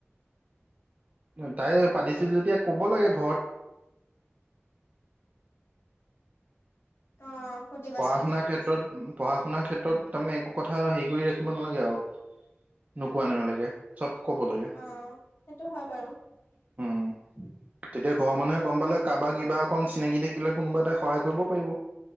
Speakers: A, on the right; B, on the left.
A: <unintelligible> তাই পাতিছিল যেতিয়া ক'ব লাগে ঘৰত।
B: অ', সুধিবাচোন
A: পঢ়া -শুনা ক্ষেত্ৰত পঢ়া- শুনা ক্ষেত্ৰত তাৰমানে একো কথা হেৰি কৰি ৰাখিব নালাগে আৰু। নোকোৱা নেমেলাগে চব ক'ব লাগে।
B: অ, সেইটো হয় বাৰু। <inaudible>
A: উম তেতিয়া ঘৰৰ মানুহে গম পালে কাৰোবাৰ কিবা অকন চিনাকি থাকিলে কোনোবা এটা সহায় কৰিব‌ও পাৰিব।